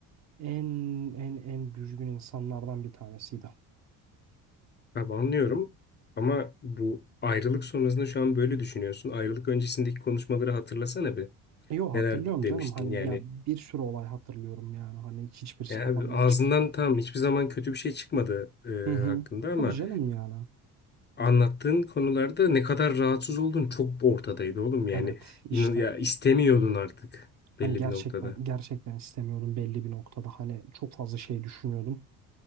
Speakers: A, on the right; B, on the left.
A: en en en düzgün insanlardan bir tanesiydi.
B: Abi anlıyorum ama bu ayrılık sonrasında şu an böyle düşünüyorsun. Ayrılık öncesindeki konuşmaları hatırlasana bir.
A: Yo
B: Neler
A: hatırlıyorum
B: demiştin
A: canım hani
B: yani.
A: ya bir sürü olay hatırlıyorum yani hani hiçbirisi
B: Ya
A: kafamdan
B: abi ağzından
A: çık.
B: tam hiçbir zaman kötü bir şey çıkmadı
A: Hı hı.
B: e, hakkında ama
A: Tabii canım yani.
B: anlattığın konularda ne kadar rahatsız olduğun çok ortadaydı oğlum yani.
A: Evet işte
B: İnan- ya istemiyordun artık
A: hani
B: belli
A: gerçekten
B: bir noktada.
A: gerçekten istemiyordum belli bir noktada hani çok fazla şey düşünüyordum.